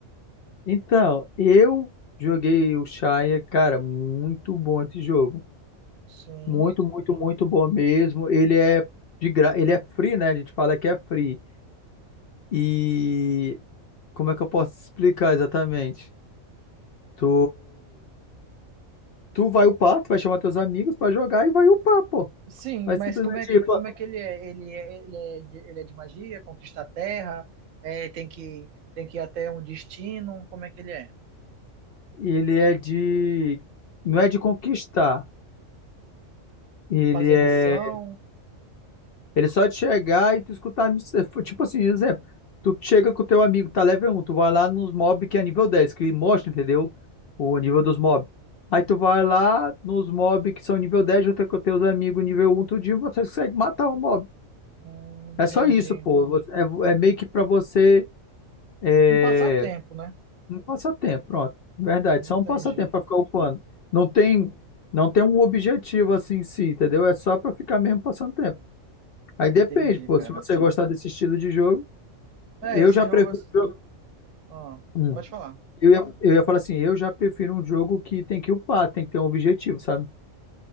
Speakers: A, on the left; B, on the right.
A: Então, eu joguei o Shaya, cara, muito bom esse jogo.
B: Sim.
A: Muito, muito, muito bom mesmo. Ele é de gra... ele é free, né? A gente fala que é free. E como é que eu posso explicar exatamente? Tu tu vai upar, tu vai chamar teus amigos pra jogar e vai upar, pô.
B: Sim,
A: Vai
B: mas
A: simplesmente,
B: como é que,
A: pô,
B: como é que ele é? Ele é, ele é, de- ele é de magia, conquista a terra, é, tem que, tem que ir até um destino, como é que ele é?
A: ele é de não é de conquistar. Ele
B: Fazer
A: é.
B: missão?
A: Ele é só de chegar e tu escutar. a miss- é, Tipo assim, exemplo. Tu chega com o teu amigo, tá level um tu vai lá nos mob que é nível 10 que mostra, entendeu? O nível dos mob. Aí tu vai lá nos mob que são nível 10 junto com teus amigos nível 1, tudinho, você consegue matar o mob.
B: Hum, entendi.
A: É só isso, pô. Você- É, é meio que pra você. É...
B: Um passatempo, né?
A: Um passatempo, pronto. Verdade,
B: Entendi,
A: só um passatempo pra ficar upando. Não tem, não tem um objetivo assim em si, entendeu? É só pra ficar mesmo passando tempo. Aí depende,
B: entendi,
A: pô.
B: cara.
A: Se você gostar desse estilo de jogo,
B: É,
A: eu
B: esse
A: já
B: jogo...
A: prefiro
B: ass-
A: um jogo.
B: Ah,
A: Hum.
B: pode falar.
A: Eu ia, eu ia falar assim, eu já prefiro um jogo que tem que upar, tem que ter um objetivo, sabe?